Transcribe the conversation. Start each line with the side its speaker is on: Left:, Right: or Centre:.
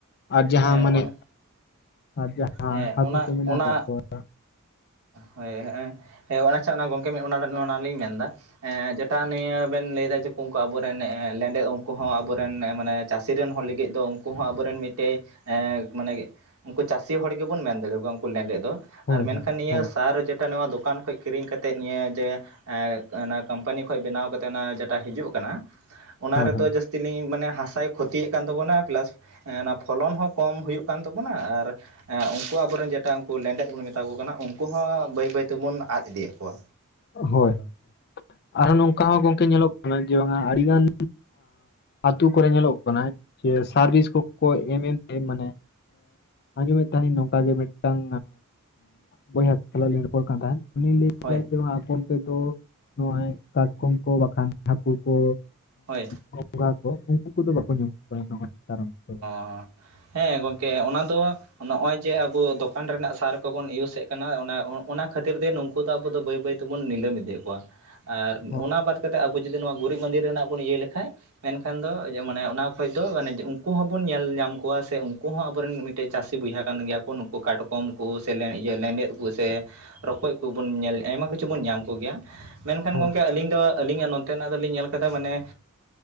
Left: ᱟᱨ ᱡᱟᱦᱟᱸ
Right: ᱦᱮᱸ
Left: ᱢᱟᱱᱮᱼᱼ
Right: ᱚᱱᱟ
Left: ᱟᱨ ᱡᱟᱦᱟᱸ
Right: ᱦᱮᱸ
Left: ᱦᱟᱹᱠᱩ
Right: ᱚᱱᱟ
Left: ᱠᱚ ᱢᱮᱱᱟᱜ
Right: ᱚᱱᱟ
Left: ᱠᱫ ᱠᱚᱣᱟ᱾
Right: ᱦᱳᱭ ᱦᱮᱸ ᱦᱮᱸ ᱟᱪᱷᱟ ᱜᱚᱢᱠᱮ ᱚᱱᱟ ᱚᱱᱟᱞᱤᱧ ᱢᱮᱱᱫᱟ? ᱡᱮᱴᱟ ᱱᱤᱭᱟᱹ ᱵᱮᱱ ᱞᱟᱹᱭᱫᱟ ᱡᱮ ᱩᱱᱠᱩ ᱟᱵᱚᱨᱮᱱ ᱞᱮᱸᱰᱮᱫ ᱩᱱᱠᱩ ᱦᱚᱸ ᱟᱵᱚᱨᱮᱱ ᱢᱟᱱᱮᱼᱼ ᱪᱟᱹᱥᱤᱤᱨᱮᱱ ᱦᱚᱲ ᱞᱟᱹᱜᱤᱫ ᱫᱚ ᱩᱱᱠᱩ ᱦᱚᱸ ᱟᱵᱚᱨᱮᱱ ᱢᱤᱫᱴᱮᱡ ᱢᱟᱱᱮᱼᱼ ᱩᱱᱠᱩ ᱪᱟᱹᱥᱤ ᱦᱚᱲ ᱜᱮᱵᱚᱱ ᱢᱮᱱ ᱫᱟᱲᱮ ᱟᱠᱠᱚᱣᱟ ᱩᱱᱠᱩ ᱢᱮᱱᱱᱨᱮᱜ ᱫᱚ᱾
Left: ᱦᱳᱭ
Right: ᱟᱨ ᱢᱮᱱᱠᱷᱟᱱ ᱱᱤᱭᱟᱹ
Left: ᱦᱳᱭ
Right: ᱥᱟᱨ ᱡᱮᱴᱟ ᱱᱚᱣᱟ ᱫᱚᱠᱟᱱ ᱠᱷᱚᱱ ᱠᱤᱨᱤᱧ ᱠᱟᱛᱮᱫ ᱱᱤᱭᱟᱹ ᱡᱮ ᱚᱱᱟ ᱠᱳᱢᱯᱟᱱᱤ ᱠᱷᱚᱱ ᱵᱮᱱᱟᱣ ᱠᱟᱛᱮ ᱚᱱᱟ ᱡᱮᱴᱟ ᱦᱤᱡᱩᱜ ᱠᱟᱱᱟ ᱚᱱᱟ
Left: ᱦᱳᱭ
Right: ᱨᱮᱫᱚ
Left: ᱦᱳᱭ
Right: ᱡᱟᱹᱥᱛᱤᱼᱼ ᱛᱞᱤᱧ ᱢᱟᱱᱮ ᱦᱟᱥᱟᱭ ᱠᱷᱚᱛᱤ ᱭᱮᱫ ᱠᱟᱱ ᱛᱟᱵᱚᱱᱟ ᱯᱮᱞᱟᱥᱼᱼ ᱚᱱᱟ ᱯᱷᱚᱞᱚᱱ ᱦᱚᱸ ᱠᱚᱢ ᱦᱩᱭᱩᱜ ᱠᱟᱱ ᱛᱟᱵᱳᱱᱟ ᱟᱨ ᱩᱱᱠᱩ ᱟᱵᱚᱨᱮᱱ ᱡᱮᱴᱟ ᱩᱱᱠᱩ ᱞᱮᱸᱰᱮᱫ ᱵᱚᱱ ᱢᱮᱛᱟ ᱠᱚ ᱠᱟᱱᱟ ᱩᱱᱠᱩ ᱦᱚᱸ ᱵᱟᱹᱭ ᱵᱟᱹᱭ ᱛᱮᱵᱚᱱ ᱟᱫ ᱤᱫᱤᱭᱮᱫ ᱠᱚᱣᱟ᱾
Left: ᱦᱳᱭ ᱦᱳᱭ ᱟᱨᱚᱸ ᱱᱚᱝᱠᱟ ᱦᱚᱸ ᱜᱚᱝᱠᱮ ᱧᱮᱞᱚᱜ ᱠᱟᱱᱟ ᱡᱮ ᱵᱟᱝᱟ ᱟᱹᱰᱤ ᱜᱟᱱᱼᱼ ᱟᱛᱳ ᱠᱚᱨᱮ ᱧᱮᱞᱚᱜ ᱠᱟᱱᱟ ᱡᱮ ᱥᱟᱨ ᱵᱷᱤᱥ ᱠᱚᱠᱚ ᱮᱢ ᱮᱢᱛᱮ ᱢᱟᱱᱮᱼᱼ ᱟᱡᱚᱢ ᱛᱟᱦᱮᱤᱧ ᱱᱚᱝᱠᱟ ᱜᱮ ᱢᱤᱫᱴᱟᱝ ᱵᱚᱭᱦᱟ ᱥᱟᱟᱞᱟᱜ ᱨᱚᱯᱚᱲ ᱠᱟᱱ ᱛᱟᱦᱮᱸᱫ ᱩᱱᱤᱼᱼ
Right: ᱦᱳᱭᱼᱼ
Left: ᱟᱠ ᱛᱮᱫᱚ ᱱᱚᱜᱚᱭ ᱠᱟᱴᱠᱚᱢ ᱠᱚ ᱵᱟᱠᱷᱟᱱ ᱦᱟᱹᱠᱩ ᱠᱚᱼᱼ
Right: ᱦᱳᱭ
Left: ᱵᱚᱸᱜᱟ ᱠᱚ ᱩᱱᱠᱩ ᱠᱚᱫᱚ ᱵᱟᱠᱚ ᱧᱟᱢ ᱱᱚᱜᱚᱭ ᱱᱮᱛᱟᱨᱟᱢ ᱾
Right: ᱟᱨᱼᱼᱼ ᱦᱮᱸ ᱜᱚᱢᱠᱮ ᱚᱱᱟ ᱫᱚᱼᱼ ᱱᱚᱜ ᱚᱭ ᱡᱮ ᱟᱵᱚ ᱫᱚᱠᱟᱱ ᱨᱮᱱᱟᱜ ᱥᱟᱨ ᱠᱚᱵᱚᱱ ᱤᱭᱩᱥ ᱮᱮᱫ ᱠᱟᱱᱟ ᱚᱱᱟ ᱠᱷᱟᱹᱛᱤᱨ ᱛᱮ ᱩᱠᱩ ᱩᱱᱠᱩ ᱫᱚ ᱟᱵᱚ ᱫᱚ ᱵᱟᱹᱭ ᱵᱟᱹᱭ ᱛᱮᱵᱚᱱ ᱱᱤᱞᱟᱹᱢ ᱤᱫᱤᱭᱮᱫ ᱠᱚᱣᱟ ᱟᱨ
Left: ᱦᱳᱭ
Right: ᱚᱱᱟ ᱵᱟᱼᱼ ᱠᱟᱛᱮ ᱟᱵᱚ ᱡᱩᱫᱤ ᱱᱚᱣᱟ ᱜᱩᱨᱤᱡ ᱢᱟᱸᱫᱮ ᱨᱮᱱᱟᱜ ᱵᱚᱱ ᱤᱭᱟᱹ ᱞᱮᱠᱷᱷᱟᱡ ᱢᱮᱱᱠᱷᱟᱱ ᱫᱚ ᱢᱟᱱᱮ ᱚᱱᱟ ᱠᱷᱚᱡ ᱫᱚ ᱢᱟᱱᱮᱼᱼ ᱩᱱᱠᱩ ᱦᱚᱸᱵᱚᱱ ᱧᱮᱞ ᱧᱟᱢ ᱠᱚᱣᱟ ᱥᱮ ᱩᱱᱠᱩ ᱦᱚᱸ ᱟᱵᱚᱨᱮᱱ ᱢᱤᱫᱴᱮᱱ ᱪᱟᱹᱥᱤ ᱵᱚᱭᱦᱟ ᱠᱟᱱ ᱜᱮᱭᱟ ᱠᱚᱠᱩ ᱠᱟᱴ ᱠᱚᱼᱼ ᱠᱚᱢ ᱠᱚ ᱥᱮ ᱞᱮᱸᱰᱮᱫ ᱠᱚ ᱥᱮ ᱨᱚᱠᱚᱡ ᱠᱚᱵᱚᱱ ᱧᱮᱞ ᱟᱭᱢᱟ ᱠᱤᱪᱷᱩ ᱵᱚᱱ ᱧᱟᱢ ᱠᱚᱜᱮᱭᱟ᱾ ᱢᱮᱱ ᱠᱷᱟᱱ
Left: ᱦᱳᱭ
Right: ᱜᱚᱝᱠᱮ ᱟᱹᱞᱤᱧ ᱫᱚ᱾ ᱟᱹᱞᱤᱧᱟᱜ ᱱᱚᱱᱚᱛᱮ ᱱᱟᱜ ᱫᱚ ᱞᱤᱧ ᱧᱮᱞ ᱟᱼᱠᱟᱫᱟ ᱢᱟᱹᱱᱮ